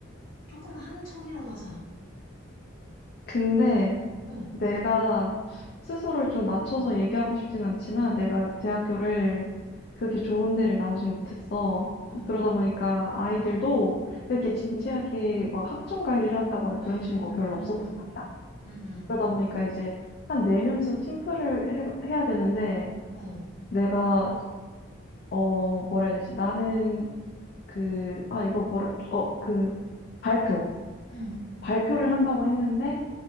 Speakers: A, on the left; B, on the left.
A: 조금은 하는 척이라도 하잖아.
B: 근데
A: 응,
B: 내가 스스로를 좀 낮춰서 얘기하고 싶진 않지만 내가 대학교를
A: 응,
B: 그렇게 좋은 데를 나오진 못했어.
A: 응,
B: 그러다 보니까 아이들도
A: 응,
B: 이렇게 진지하게 막 학점 관리를 한다거나 그런
A: 음,
B: 친구가 별로 없었단 말이야.
A: 음, 음,
B: 그러다 보니까 이제 한 네명이서 팀플을 해, 해야 되는데
A: 어,
B: 내가 어 뭐라 해야 되지? 나는 그 아 이거 뭐라 어 그 발표
A: 응,
B: 발표를 한다고 했는데